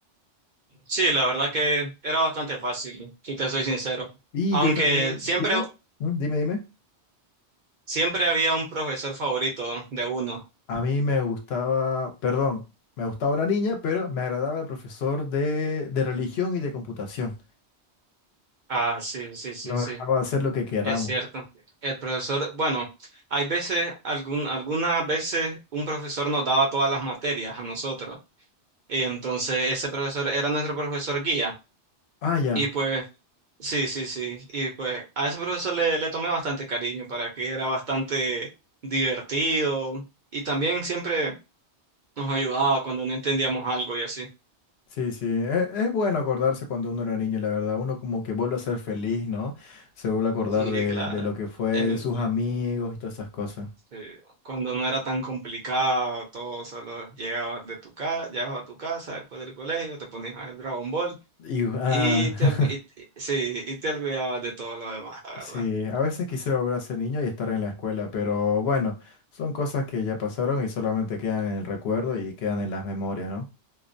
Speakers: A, on the right; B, on the left.
A: Sí, la verdad que era bastante fácil, si te soy sincero.
B: Y
A: Aunque
B: yo también,
A: siempre,
B: dime, ¿Mm? dime, dime.
A: siempre había un profesor favorito de uno.
B: A mí me gustaba, perdón, me gustaba una niña, pero me agradaba el profesor de, de religión y de computación.
A: Ah, sí, sí, sí,
B: Nos
A: sí,
B: dejaba hacer lo que queramos.
A: es cierto. El profesor, bueno, hay veces, algún, algunas veces un profesor nos daba todas las materias a nosotros. Y entonces ese profesor era nuestro profesor guía.
B: Ah, ya.
A: Y pues, sí, sí, sí. Y pues a ese profesor le, le tomé bastante cariño para que era bastante divertido. Y también siempre... nos ayudaba cuando no entendíamos algo y así.
B: Sí, sí. Es, es bueno acordarse cuando uno era niño, la verdad. Uno como que vuelve a ser feliz, ¿no? Se vuelve a acordar
A: Sí,
B: de,
A: claro.
B: de lo que fue, de
A: El,
B: sus amigos y todas esas cosas.
A: sí, Cuando no era tan complicado, todo solo llegabas de tu casa, llegabas a tu casa después del colegio, te ponías a ver Dragon Ball
B: Y, ah,
A: y te, olvi- y- y- sí, y te olvidabas de todo lo demás,
B: <laughs>
A: la
B: sí,
A: verdad.
B: a veces quisiera volver a ser niño y estar en la escuela, pero bueno, son cosas que ya pasaron y solamente quedan en el recuerdo y quedan en las memorias, ¿no?